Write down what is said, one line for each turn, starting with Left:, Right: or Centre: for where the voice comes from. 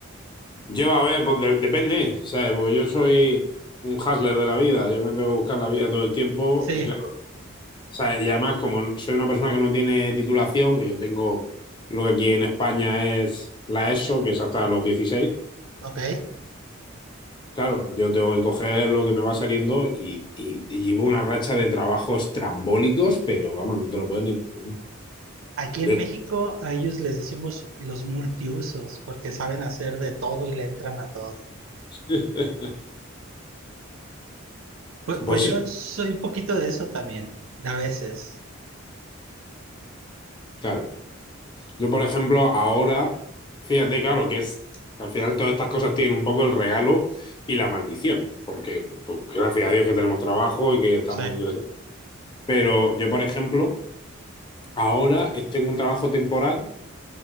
Left: Yo, a ver, pues de- depende, ¿sabes? Porque yo soy un hustler de la vida, yo me tengo que buscar la vida todo el tiempo
Right: Sí,
Left: y claro, ¿sabes? Y además, como soy una persona que no tiene titulación, que yo tengo lo que aquí en España es la ESO, que es hasta los 16.
Right: ok.
Left: Claro, yo tengo que coger lo que me va saliendo y, y- y llevo una racha de trabajos trambólicos, pero vamos, no te lo puedo ni <laughs> imaginar.
Right: Aquí
Left: De
Right: en
Left: hecho,
Right: México a ellos les decimos los multiusos porque saben hacer de todo y le entran a todo.
Left: <laughs>
Right: Pues,
Left: pues
Right: pues yo
Left: sí,
Right: soy un poquito de eso también, a veces.
Left: claro. Yo, por ejemplo, ahora, fíjate, claro, que es que al final todas estas cosas tienen un poco el regalo y la maldición, porque pues, gracias a Dios que tenemos trabajo y que estamos
Right: Sí,
Left: ingresando. Pero yo, por ejemplo, ahora estoy en un trabajo temporal